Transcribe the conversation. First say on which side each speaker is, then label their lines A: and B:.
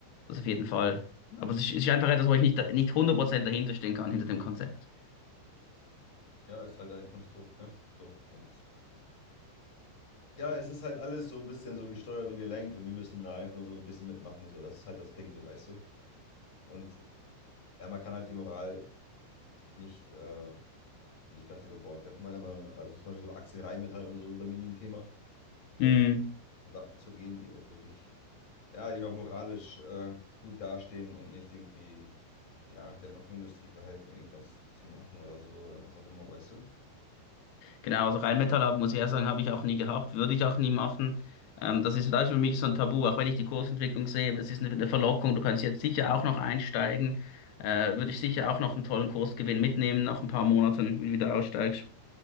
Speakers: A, on the left (about 70°); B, on the left (about 35°).
A: das auf jeden Fall. Aber es ist, es ist einfach etwas, wo ich nicht, nicht hundert Prozent dahinter stehen kann, hinter dem Konzept.
B: Ja, ist halt ein Konstrukt, ne? So. Und ja, es ist halt alles so ein bisschen so gesteuert und gelenkt und wir müssen da einfach nur so ein bisschen mitmachen. So. Das ist halt das Ding, so, weißt du? Und ja, man kann halt die Moral nicht, äh, nicht ganz über Bord werfen, meiner Meinung nach. Also zum Beispiel so Aktien, Rheinmetall und so sind bei mir nie ein Thema. sondern
A: Mm.
B: ich versuche für Sachen zu gehen, die auch wirklich, ja, die noch moralisch äh, gut dastehen und nicht irgendwie, ja, der Waffenindustrie verhelfen, irgendwas zu machen oder so oder was auch immer, weißt du?
A: Genau, also Rheinmetall muss ich ehrlich sagen, habe ich auch nie gehabt, würde ich auch nie machen. Ähm, das ist, das ist für mich so ein Tabu, auch wenn ich die Kursentwicklung sehe, es ist eine, eine Verlockung, du kannst jetzt sicher auch noch einsteigen, äh, würde ich sicher auch noch einen tollen Kursgewinn mitnehmen nach ein paar Monaten, wenn du wieder aussteigst.